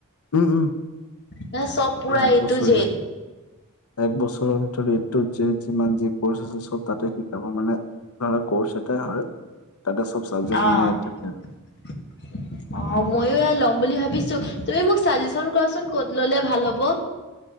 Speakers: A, on the left; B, on the left.
A: উম উম
B: নে চব পুৰা
A: এক
B: এটো
A: বছৰীয়া
B: যেদ।
A: এক বছৰ ভিতৰত এটো যেদ। যিমান যি কৰ্চ আছে চব তাতে শিকাব মানে ধৰা কৰ্চ এটাই হয় তাতে চব। চাবজেক
B: অ'।
A: মানে থাকে।
B: <unintelligible> অ ময়ো এ ল'ম বুলি ভাবিছো তুমি মোক চাজেচন কৰাচোন ক'ত ললে ভাল হ'ব।